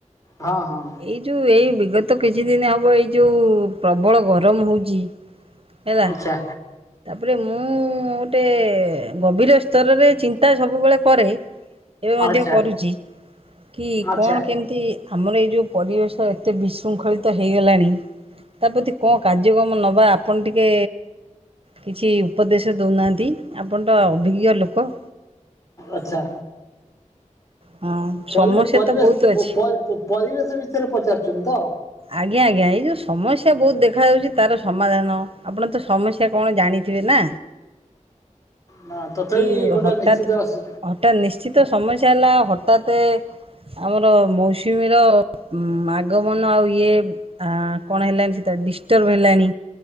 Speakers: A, on the left (about 25°); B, on the right (about 45°).
A: ହଁ ହଁ
B: ଏଇ ଯୋ ଏଇ ବିଗ ତ କିଛି ଦିନ ହବ ଏଇ ଯୋଉ ପ୍ରବଳ ଗରମ ହେଉଛି ହେଲା।
A: ଆଚ୍ଛା
B: ତାପରେ ମୁଁ ଗୋଟେ ଗଭୀର ସ୍ତରରେ ଚିନ୍ତା ସବୁବେଳେ କରେ ଏବେ ମଧ୍ୟ
A: ଆଚ୍ଛା
B: କରୁଚି କି
A: ଆଚ୍ଛା
B: କଣ କେମିତି ଆମର ଏଇ ଯୋଉ ପରିବେଶ ଏତେ ବିଶୃଙ୍ଖଳିତ ହେଇଗଲାଣି ତାପ୍ରତି କଣ କାର୍ଯ୍ୟକ୍ରମ ନେବା ଆପଣ ଟିକେ କିଛି ଉପଦେଶ ଦଉନାହାନ୍ତି ଆପଣ ତ ଅଭିଜ୍ଞ ଲୋକ।
A: ଆଚ୍ଛା।
B: ହଁ ସମସ୍ୟା
A: ପରିବ ପରିବେଶ
B: ତ ବହୁତ ଅଛି।
A: ପ ପ ପରିବେଶ ବିଷୟରେ ପଚାରୁଛନ୍ତି ତ?
B: ଆଜ୍ଞା ଆଜ୍ଞା ଏଇ ଯୋଉ ସମସ୍ୟା ବହୁତ ଦେଖା ଯାଉଛି ତାର ସମାଧାନ ଆପଣ ତ ସମସ୍ୟା କଣ ଜାଣିଥିବେ ନା।
A: ନା ତଥାପି
B: ଏଇ
A: ଗୋଟେ
B: ହଠାତ୍
A: ନିଶ୍ଚିତ ଆସୁ
B: ହଠାତ୍ ନିଶ୍ଚିତ ସମସ୍ୟା ହେଲା ହଠାତେ ଆମର ମୌସୁମୀ ର ଉ ଆଗମନ ଆଉ ଏ ହା କଣ ହେଲାଣି ସେଟା ଡିଷ୍ଟର୍ବ ହେଲାଣି